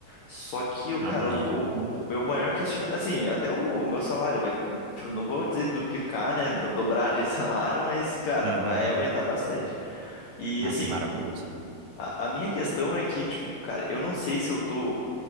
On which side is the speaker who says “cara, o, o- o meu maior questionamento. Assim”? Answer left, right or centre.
Left